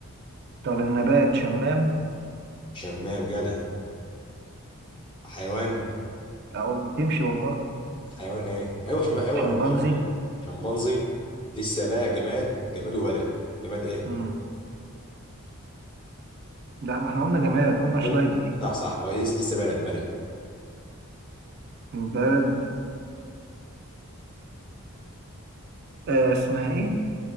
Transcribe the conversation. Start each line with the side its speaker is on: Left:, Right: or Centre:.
Right: طب النبات شمام
Left: شمام جدع حيوان
Right: أو تمشي والله
Left: حيوان ايه ايوه شمام ايوه
Right: شمبانزي
Left: انا قلت شمام شمبانزي لسه بقى جماد جماد وبلد جماد ايه
Right: مم. لا ما احنا قلنا جماد قلنا شنايدر
Left: قول- صح صح هو لس- لسه بلد بلد
Right: البلد آه، اسمها ايه